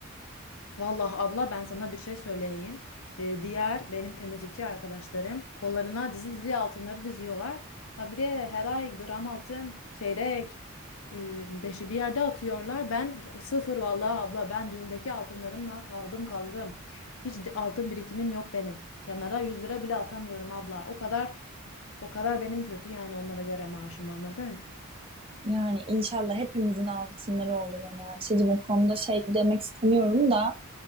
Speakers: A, on the left; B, on the right.
A: Vallahi abla ben sana bir şey söyleyeyim. Ee, diğer benim temizlikçi arkadaşlarım kollarına dizi dizi altınları diziyorlar. Ha bir de her ay gram altın, çeyrek, e, beşi bir yerde atıyorlar. Ben sıfır vallahi abla ben düğündeki altınlarımla kaldım kaldım. Hiç de- altın birikimim yok benim. Kenara 100 lira bile atamıyorum abla. O kadar o kadar benim kötü yani onlara göre maaşım anladın?
B: Yani inşallah hepimizin altınları olur. Hani Ayşe'cim o konuda şey demek istemiyorum da